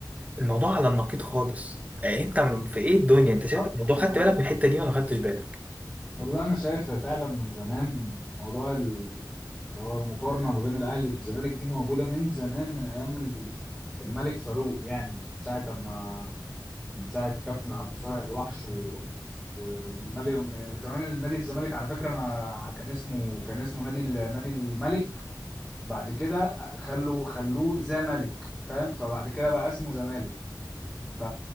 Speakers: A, on the right; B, in the centre.
A: الموضوع على النقيض خالص آه، انت م- في ايه الدنيا انت شايف
B: بالظبط،
A: الموضوع
B: انا
A: خدت
B: ما-
A: بالك من الحته دي ولا خدتش بالك
B: والله انا شايف فعلا من زمان موضوع ال- اللي هو المقارنه ما بين الاهلي والزمالك دي موجوده من زمان من ايام ال- الملك فاروق يعني من ساعه ما من ساعه كابتن عبد صالح الوحش و... و- ومن ملك ومن زمان نادي الزمالك على فكره انا كان اسمه كان اسمه نادي ال- نادي الملك بعد كده خلوا خلوه زمالك فاهم فبعد كده بقى اسمه زمالك ف...